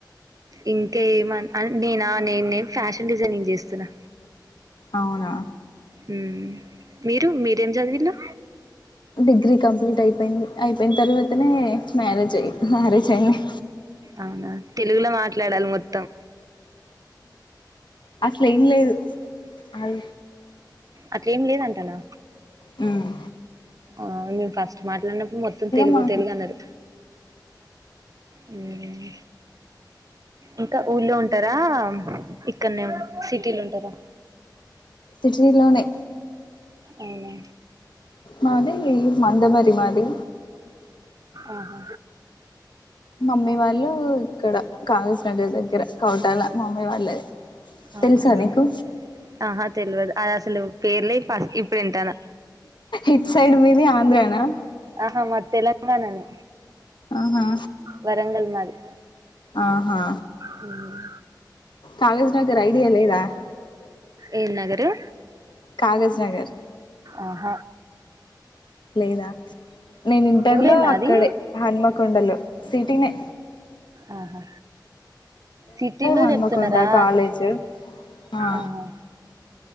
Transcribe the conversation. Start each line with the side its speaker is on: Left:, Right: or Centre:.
Right: ఇంకేమ్ మన్ అన్ నినా నేనేం ఫ్యాషన్ డిజైనింగ్ చేస్తున్నా
Left: అవునా
Right: మ్ మీరు మీరేం చదివిళ్ళు
Left: డిగ్రీ కంప్లీట్ అయిపోయింది అయిపోయిన తర్వాతనే మ్యారేజ్ అయింది మ్యారేజ్ అయింది
Right: అవునా తెలుగుల మాట్లాడాలి మొత్తం
Left: అసలేం లేదు అ
Right: అట్లేం లేదంటనా
Left: హ్మ్
Right: ఆ మేము ఫస్ట్ మాట్లాడినప్పుడు మొత్తం తెలుగు
Left: మా
Right: తెలుగు అన్నారు హ్మ్ ఇంకా ఊర్లో ఉంటారా ఇక్కడనే సిటీలో ఉంటారా
Left: సిటిీలోనే
Right: అవునా
Left: మాది మండే మరి మాది
Right: ఆహా
Left: మమ్మీ వాళ్ళు ఇక్కడ కాగజ్ నగర్ దగ్గర కౌటాల మామయ్య వాళ్ళది
Right: అవునా
Left: తెలుసా నీకు
Right: ఆహా తెలవదు అది అసలు పేర్లే ఫస్ట్ ఇప్పుడు వింటాన
Left: ఎట్ సైడ్ మీది ఆంధ్రనా
Right: ఆహా మాది తెలంగాణనే
Left: ఆహా
Right: వరంగల్ మాది
Left: ఆహా
Right: హ్మ్
Left: కాగజ్ నగర్ ఐడియా లేదా
Right: ఏం నగరు
Left: కాగజ్ నగర్
Right: ఆహ
Left: లేదా నేను ఇంటర్లో
Right: ఊరేనా
Left: అక్కడే
Right: అది?
Left: హన్మకొండలో సిటినేే
Right: ఆహా సిటీలో
Left: హన్మకొండ
Right: చెప్తున్నరా
Left: కాలేజ్ ఆ
Right: ఆహా